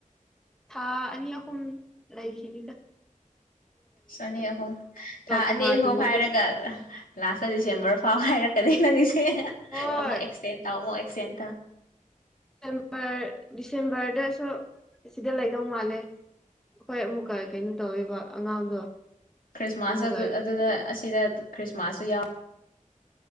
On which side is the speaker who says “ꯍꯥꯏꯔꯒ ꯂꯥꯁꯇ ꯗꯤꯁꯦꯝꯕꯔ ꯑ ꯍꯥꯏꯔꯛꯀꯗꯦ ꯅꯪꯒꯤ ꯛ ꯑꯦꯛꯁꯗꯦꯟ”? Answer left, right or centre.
Left